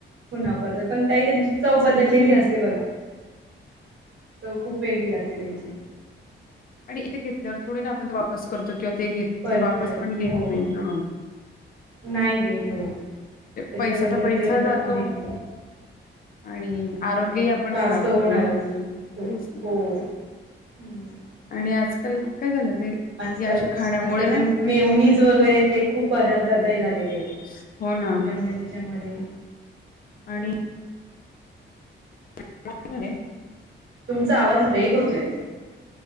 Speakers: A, on the right; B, on the left.
A: पुन्हा परत पण, काही त्यांची चव बदललेली
B: हं.
A: असते बघा. चव खूप वेगळी लागते त्यांची.
B: आणि इथे घेतल्यावर थोडी ना, आपण वापस करतो किंवा ते घेत
A: परत
B: ते वापस
A: कर
B: पण घेत
A: हो
B: नाही हा.
A: नाही घेत, होय त्याच्या
B: पैसा
A: बदलत
B: तर पैसा
A: ते म्हणतात
B: जातो
A: हा हेच घ्या. <unintelligible>
B: आणि आरोग्यही आपण
A: त्रास
B: खराब
A: तर होणारच
B: करून घेतो.
A: हो
B: तेच ना
A: हो. हम्म,
B: आणि आजकाल काय झालं ते
A: आजकाल
B: अशा खाण्यामुळे
A: आजकाल
B: ना
A: ते मेवणीच वगैरे ते खूप पदार्थात
B: हं,
A: हे झालेले आहे.
B: हो ना
A: त्याच्या मुळे त्याच्या मध्ये
B: आणि <unintelligible>
A: तुमचा आवाज ब्रेक होतोय.